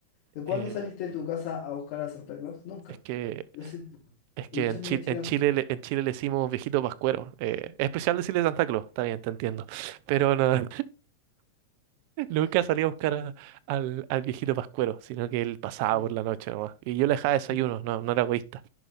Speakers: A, on the left; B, on the right.
A: ¿De cuándo
B: Eh,
A: saliste de tu casa a buscar a Santa Claus? Nunca.
B: es que,
A: Yo sí.
B: es que
A: Y muchas
B: en Chile,
A: niñas chilenas
B: en Chile,
A: sí.
B: le- en Chile le decimos viejito pascuero. Eh, es especial decirle Santa Claus, está bien, te entiendo. Pero no. Nunca
A: <laughs>
B: salía a buscar a-
A: Ah,
B: al, al viejito Pascuero, sino que él pasaba
A: ay,
B: por la noche nomás. Y yo le dejaba desayuno,
A: ay.
B: no, no era egoísta.